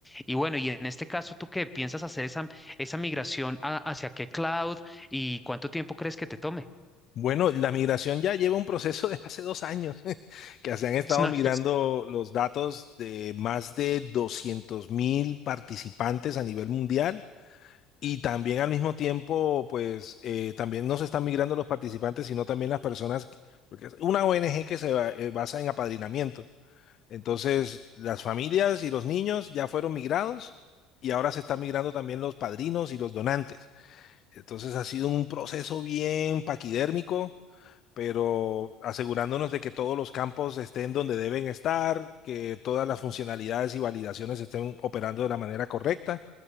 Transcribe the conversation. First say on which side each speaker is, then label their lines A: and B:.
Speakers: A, in the centre; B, on the left.
A: Y bueno, y en este caso, ¿tú qué piensas hacer esa, esa migración a- hacia qué cloud y cuánto tiempo crees que te tome?
B: Bueno, la migración ya lleva un proceso de hace dos años, <laughs> que se han estado
A: <laughs> No,
B: migrando
A: pues,
B: los datos de más de doscientos mil participantes a nivel mundial Y también al mismo tiempo, pues eh, también no se están migrando los participantes, sino también las personas, porque es una ONG que se ba- eh, basa en apadrinamiento. Entonces, las familias y los niños ya fueron migrados y ahora se están migrando también los padrinos y los donantes. Entonces, ha sido un proceso bien paquidérmico pero asegurándonos de que todos los campos estén donde deben estar, que todas las funcionalidades y validaciones estén operando de la manera correcta.